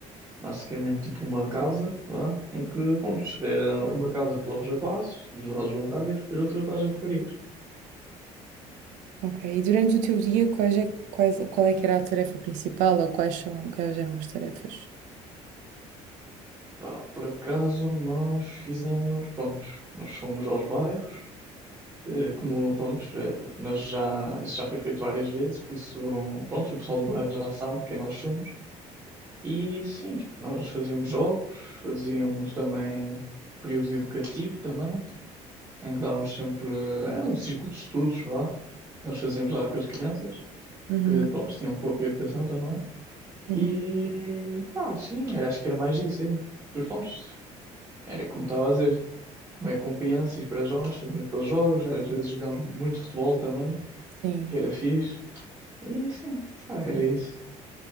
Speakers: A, on the right; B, on the right.
A: basicamente tipo uma casa, lá, em que, pronto, era uma casa para os rapazes, dos lados voluntários, depois outra para as raparigas.
B: ok. E durante o teu dia, quais é, quais, qual é que era a tarefa principal ou quais são, quais eram as tarefas?
A: Pá, por acaso nós fizemos, pronto, nós fomos aos bairros, eh, como, pronto, eh, nós já, isso já foi feito várias vezes, por isso, pronto, o pessoal do bairro já sabe quem nós somos. E sim, tipo, nós fazíamos jogos, fazíamos também período educativo também, em que dávamos sempre, eh, era um círculo de estudos, vá, nós fazíamos lá com as crianças,
B: Uhum.
A: que, pronto, tinham pouca educação também.
B: Uhum,
A: E, pá, sim, era, acho que era mais isso aí. Pois, pronto, era como estava a dizer. como é com crianças para jovens, fazendo aqueles jogos, às vezes jogamos muito futebol também,
B: Sim.
A: que era fixe, e sim, pá, era isso.